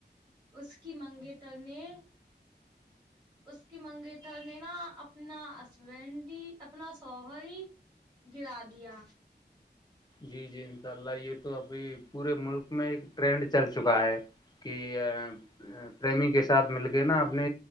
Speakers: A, on the right; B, on the left.
A: اس کی منگیں ترنے اس کی منگیتر نے نا اپنا ہسبینڈ اپنا سوہری گرا دیا
B: جی جی انشاء اللہ یہ تو ابھی پورے ملک میں ایک ٹرینڈ چل چکا ہے کہ ا پریمی کے ساتھ مل کے نا اپنے